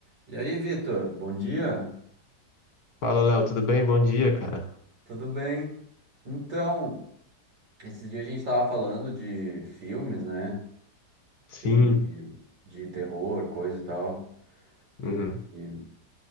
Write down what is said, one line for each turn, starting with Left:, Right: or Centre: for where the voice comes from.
Right: E aí, Vitor, bom dia?
Left: Fala, Léo, tudo bem? Bom dia, cara.
Right: Tudo bem? Então, esses dias a gente estava falando de filmes, né?
Left: Sim.
Right: Filme de, de terror, coisa e tal. E,
Left: Uhum,
Right: e-